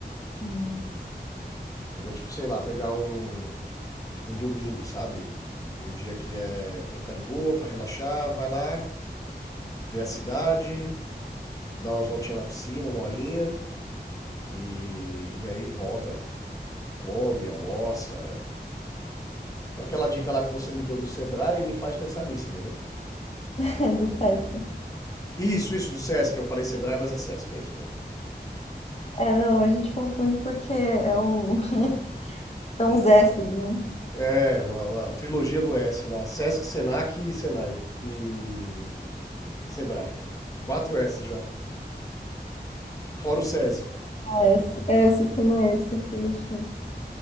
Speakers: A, on the left; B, on the left.
A: Hum.
B: Entendeu? Tipo, sei lá, pegar um, um domingo, sabe? Um dia que é pra ficar de boa, pra relaxar, vai lá, vê a cidade, dá umas voltinhas na piscina, uma horinha, e, e aí volta, come, almoça. Aquela dica lá que você me deu do Sebrae me faz pensar nisso, entendeu?
A: <laughs> do Sesc.
B: Isso, isso do Sesc, eu falei Sebrae, mas é Sesc, é isso mesmo.
A: É, não, a gente confunde porque é o... <laughs> são os S's, né?
B: É, a, a a trilogia do S lá, Sesc, Senac e Senai. E, e Sebrae. Quatro S já. Fora o SESI.
A: A S. É, o sistema S que eles chamam.